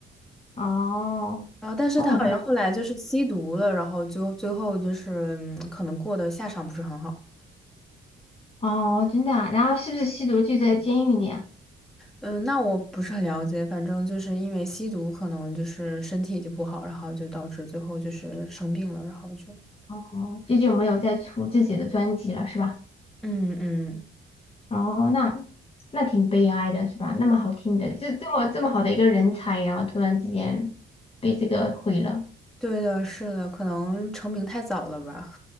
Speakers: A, on the left; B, in the centre.
A: 哦哦那
B: 然后，但是他好像后来就是吸毒了，然后就最后就是嗯可能过的下场不是很好。
A: 哦真的啊，然后是不是吸毒就在监狱里啊？
B: 嗯，那我不是很了解，反正就是因为吸毒，可能就是身体就不好，然后就导致最后就是生病了，然后就
A: 哦，最近没有再出自己的专辑了，是吧？
B: 嗯嗯，
A: 哦，那那挺悲哀的，是吧？那么好听的，这这么这么好的一个人才，然后突然之间被这个毁了。
B: 对的，是的，可能成名太早了吧，